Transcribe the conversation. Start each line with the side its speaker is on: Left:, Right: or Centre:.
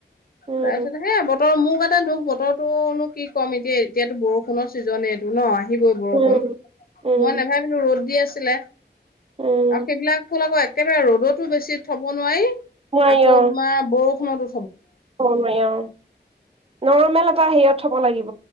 Right: উম
Left: তাৰ পিছত সে বতৰৰ মোভ আনে এটা দুখ বতৰতোনো কি ক'ম এতিয়া এতিয়াতো বৰষুণৰ ছিজনে এইটো ন আহিবই বৰষুণ
Right: উম উম
Left: মই নাভাবিলো ৰ'দ দি আছে টিলে
Right: উম
Left: আৰু সেইবিলাক ফোন আকৌ একেবাৰে ৰ'দতো বেছি থ'ব নোৱাৰি।
Right: নোৱাৰি
Left: আকৌ
Right: অ
Left: তোমাৰ ব ৰষুণতো
Right: থব নোৱাৰি অ। নৰ্মেল এটা হেৰিয়ত থ'ব লাগিব।